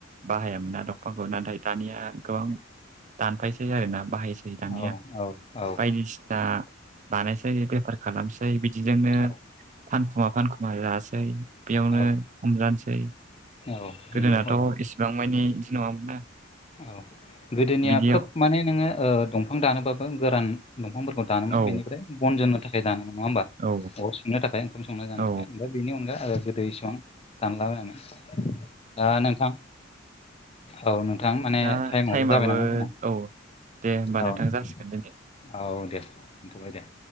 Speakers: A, on the right; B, on the left.
A: बाहायामोना दंफांखौ नाथाय दानिया गोबां दानफायसै आरोना बाहायसै दाना
B: औ औ औ
A: बायदिसिना दा बानायसै बेफार खालामसै बिदिजोंनो
B: औ
A: फानखुमा फानखुमा जासै बेयावनो
B: औ
A: हमजानोसै
B: औ नंगौ
A: गोदोनाथ'
B: औ
A: एसेबां मानि बिदि नङामोन ना
B: औ गोदोनिया
A: बिदियाव
B: खोब माने नोङो दंफां दानोबाबो गोरान दंफांफोरखौ दानोमोन
A: औ
B: बेनिफ्राय बन जानो थाखाय दामोमोन नङा होमबा
A: औ
B: अर संनो थाखाय ओंखाम संनानै दानो
A: औ
B: थाखाय बेनि अनगायै आरो गोदै इसेबां दानलाबायामोन दा नोंथां औ नोंथां माने
A: दा
B: टाइमआबो
A: टाइमाबो
B: जाबाय नामा जोंना
A: औ दे होमबा नोंथां
B: औ नोंथां
A: जासिगोन दिनै
B: औ दे दोनथ'बाय दे